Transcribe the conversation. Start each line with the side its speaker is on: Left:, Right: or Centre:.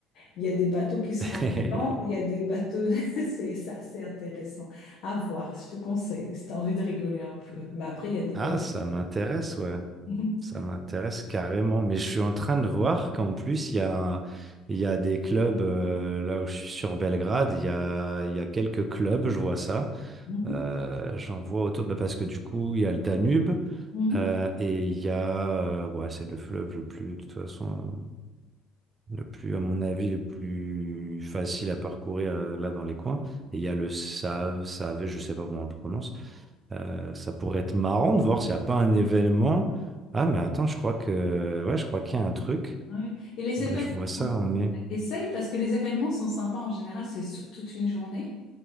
Left: il y a des bateaux qui se
Right: <laughs>
Left: rendent dedans, il y a des bateaux, <laughs> c'est c'est assez intéressant à voir, je te conseille, si tu as envie de rigoler un peu. Mais après, il y a des
Right: Ah,
Left: belles...
Right: ça m'intéresse, ouais.
Left: <laughs>
Right: Ça m'intéresse carrément. Mais je suis en train de voir qu'en plus, il y a, il y a des clubs, euh, là où je suis sur Belgrade, il y a, il y a quelques clubs, je vois ça.
Left: Mhm,
Right: Euh, j'en vois autour, bah, parce que du coup, il y a le Danube,
Left: mhm, mhm,
Right: euh, et il y a, euh, ouais, c'est le fleuve le plus, de toute façon. Le plus, à mon avis, le plus facile à parcourir euh, là dans les coins. Et il y a le Save, Save, je sais pas comment on le prononce. Euh, ça pourrait être marrant de voir s'il n'y a pas un événement. Ah, mais attends, je crois que, ouais, je crois qu'il y a un truc.
Left: ouais. Et les
Right: Ouais,
Left: événements,
Right: je vois ça en mai. <laughs>
Left: essaye parce que les événements sont sympas en général, c'est sur toute une journée.